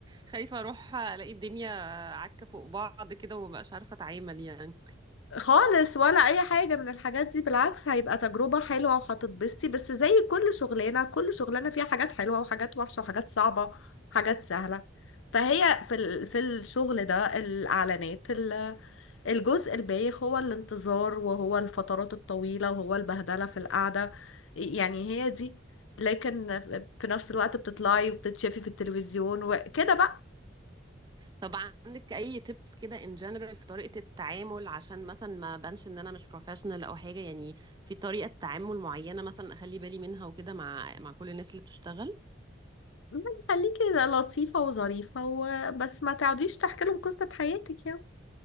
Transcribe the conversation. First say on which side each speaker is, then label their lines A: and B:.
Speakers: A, on the right; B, on the left.
A: خايفه اروح الاقي الدنيا عكه فوق بعض كده ومبقاش عارفه اتعامل يعني
B: خالص ولا اي حاجه من الحاجات دي بالعكس هيبقى تجربه حلوه وهتتبسطي بس زي كل شغلانه كل شغلانه فيها حاجات حلوه وحاجات وحشه وحاجات صعبه وحاجات سهله فهي في ال... في الشغل ده الاعلانات ال- الجزء البايخ هو الانتظار وهو الفترات الطويله وهو البهدله في القعده يعني هي دي لكن في نفس الوقت بتطلعي وبتتشافي في التلفزيون وكده بقى
A: طب عندك اي تيبس كده ان جنرال في طريقة التعامل عشان مثلا ما بانش ان انا مش بروفيشنال او حاجة يعني في طريقة تعامل معينة مثلا اخلي بالي منها وكده مع مع كل الناس اللي بتشتغل
B: يعني خليكي لطيفه وظريفه وبس ما تقعديش تحكي لهم قصه حياتك يعني